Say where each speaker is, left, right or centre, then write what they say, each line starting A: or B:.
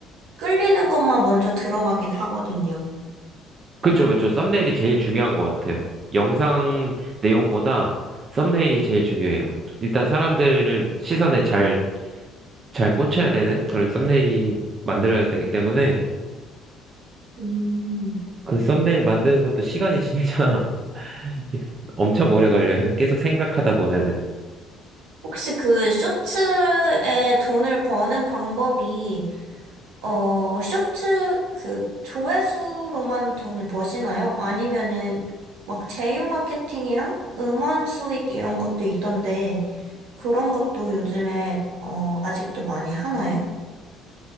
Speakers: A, on the right; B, on the right.
A: 끌리는 것만 먼저 들어가긴 하거든요.
B: 그쵸, 그쵸. 썸네일이 제일 중요한 것 같아요. 영상 내용보다 썸네일이 제일 중요해요. 일단 사람들을 시선에 잘, 잘 꽂혀야 되는 그런 썸네일이 만들어야 되기 때문에
A: 음.
B: 그 썸네일 만드는 것도 시간이 진짜 <laughs> 엄청 오래 걸려요. 계속 생각하다 보면은.
A: 혹시 그 쇼츠에 돈을 버는 방법이 어, 쇼츠 그 조회수로만 돈을 버시나요? 아니면은 막 제휴 마케팅이랑 음원 수익 이런 것도 있던데 그런 것도 요즘에 어, 아직도 많이 하나요?